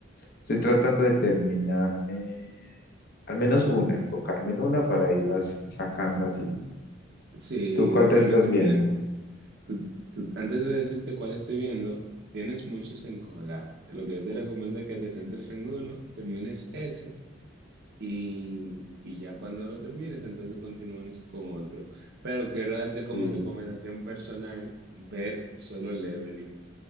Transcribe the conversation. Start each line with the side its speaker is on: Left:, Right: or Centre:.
Left: estoy tratando de terminarme al menos una, enfocarme en una para irlas sacando así.
Right: Sí,
Left: ¿Tú cuál te
Right: realmente
Left: estás viendo?
Right: tiene. Tú- tú- antes de decirte cuál estoy viendo, tienes muchos en cola. Lo que yo te recomiendo es que te centres en uno, termines ese y, y ya cuando lo termines, entonces continúes con otro. Pero quiero darte como
Left: Sí,
Right: recomendación personal ver Solo Leveling.